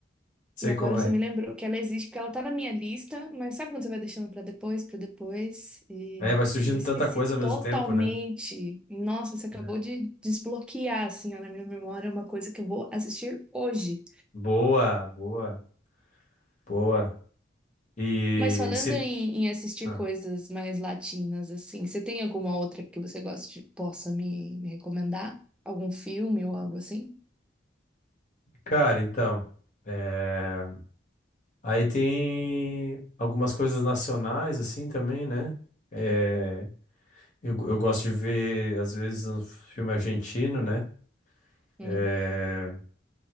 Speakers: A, on the left; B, in the centre.
A: Sei
B: E agora
A: como
B: você
A: é.
B: me lembrou que ela existe, porque ela tá na minha lista, mas sabe quando você vai deixando pra depois, pra depois? E,
A: É, vai surgindo
B: e eu esqueci
A: tanta coisa ao mesmo
B: totalmente.
A: tempo, né?
B: Nossa, você acabou
A: É.
B: de desbloquear, assim, ó, na minha memória, uma coisa que eu vou assistir hoje.
A: Boa, boa, boa. E
B: Mas falando
A: se...
B: em, em assistir
A: ah,
B: coisas mais latinas, assim, você tem alguma outra que você goste, possa me, me recomendar? Algum filme ou algo assim?
A: Cara, então. é, Aí tem algumas coisas nacionais, assim, também, né? É, Eu, eu gosto de ver, às vezes, um filme argentino, né?
B: Hum.
A: É,